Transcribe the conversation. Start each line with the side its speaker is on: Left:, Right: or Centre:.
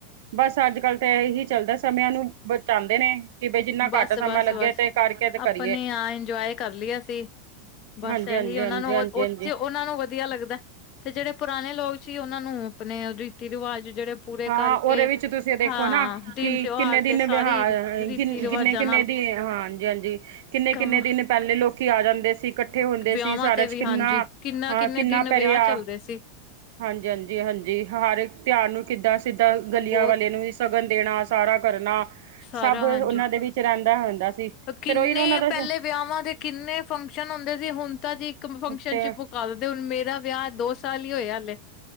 Right: ਬਸ ਅੱਜ ਕੱਲ ਤਾਂ ਇਹੀ ਚੱਲਦਾ ਸਮਿਆਂ ਨੂੰ ਬਚਾਉਂਦੇ ਨੇ ਕਿ ਬਈ ਜਿੰਨਾ
Left: ਬਸ
Right: ਘੱਟ ਸਮਾਂ
Left: ਬਸ
Right: ਲੱਗੇ
Left: ਬਸ
Right: ਤੇ ਕਰਕੇ ਤੇ ਕਰੀਏ
Left: ਆਪਣੇ ਆ ਇੰਜੋਏ ਕਰ ਲਿਆ ਸੀ ਬਸ
Right: ਹਾਂਜੀ
Left: ਇਹੀ
Right: ਹਾਂਜੀ
Left: ਉਹਨਾਂ
Right: ਹਾਂਜੀ
Left: ਨੂੰ
Right: ਹਾਂਜੀ
Left: ਉ
Right: ਹਾਂਜੀ
Left: ਚ ਉਹ ਨੂੰ ਵਧੀਆ ਲੱਗਦਾ ਤੇ ਜਿਹੜੇ ਪੁਰਾਣੇ ਲੋਕ ਸੀ ਉਹਨਾਂ ਨੂੰ ਆਪਣੇ ਰੀਤੀ ਰਿਵਾਜ਼ ਜਿਹੜੇ ਪੂਰੇ
Right: ਹਾਂ
Left: ਕਰਕੇ
Right: ਉਹਦੇ ਵਿੱਚ ਤੁਸੀਂ ਦੇਖੋ
Left: ਹਾਂ
Right: ਨਾ
Left: ਦਿਨ
Right: ਕਿ
Left: ਤਿਉਹਾਰ
Right: ਕਿੰਨੇ
Left: ਤੇ
Right: ਦਿਨ
Left: ਸਾਰੇ
Right: ਵਿਹਾਰ
Left: ਰੀਤੀ
Right: ਕਿਨ
Left: ਰਿਵਾਜਾਂ
Right: ਕਿੰਨੇ ਕਿੰਨੇ
Left: ਨਾਲ
Right: ਦਿਨ ਹਾਂ ਹਾਂਜੀ ਹਾਂਜੀ ਕਿੰਨੇ
Left: ਕੰਮ
Right: ਕਿੰਨੇ ਦਿਨ ਪਹਿਲੇ ਲੋਕੀ ਆ ਜਾਂਦੇ ਸੀ ਇਕੱਠੇ ਹੁੰਦੇ
Left: ਵਿਆਹਾਂ
Right: ਸੀ ਸਾਰਾ
Left: ਤੇ
Right: ਚ
Left: ਵੀ
Right: ਕਿੰਨਾ
Left: ਹਾਂਜੀ ਕਿੰਨਾ
Right: ਹਾਂ
Left: ਕਿੰਨੇ
Right: ਕਿੰਨਾ
Left: ਦਿਨ ਵਿਆਹ
Right: ਪੈਰਿਆ
Left: ਚੱਲਦੇ ਸੀ
Right: ਹਾਂਜੀ ਹਾਂਜੀ ਹਾਂਜੀ ਹਰ ਇੱਕ ਤਿਉਹਾਰ ਨੂੰ ਕਿੱਦਾਂ ਸਿੱਦਾਂ ਗਲੀਆਂ
Left: ਬਹੁਤ
Right: ਵਾਲੇ ਨੂੰ ਸ਼ਗਨ ਦੇਣਾ ਸਾਰਾ ਕਰਨਾ
Left: ਸਾਰਾ
Right: ਸਭ ਉਹਨਾਂ
Left: ਹਾਂਜੀ
Right: ਦੇ ਵਿੱਚ ਰਹਿੰਦਾ ਹੁੰਦਾ ਸੀ
Left: ਕਿੰਨੇ
Right: ਫੇਰ ਉਹੀ ਨਾ ਉਹਨਾਂ ਦਾ
Left: ਪਹਿਲੇ ਵਿਆਹਵਾਂ ਦੇ ਕਿੰਨੇ ਫੰਕਸ਼ਨ ਹੁੰਦੇ ਸੀ ਹੁਣ ਤਾਂ ਜੀ ਇੱਕ ਫੰਕਸ਼ਨ
Right: ਤੇ
Left: ਚ ਕਰ ਦੇ ਹੁਣ ਮੇਰਾ ਵਿਆਹ ਦੋ ਸਾਲ ਹੀ ਹੋਇਆ ਹਾਲੇ